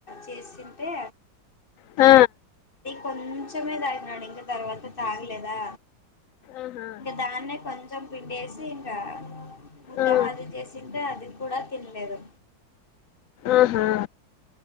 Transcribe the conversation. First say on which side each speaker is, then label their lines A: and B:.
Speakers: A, on the left; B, on the left.
A: చేసింటే
B: ఆ
A: కొంచమే తాగినాడు ఇంకా తర్వాత తాగలేదా
B: ఆహా
A: ఇంకా దాన్నే కొంచ చం పిండేసి ఇంకా ముద్ద
B: ఆ
A: మాది చేసిన్ రా కూడా తినలేదు
B: ఆహా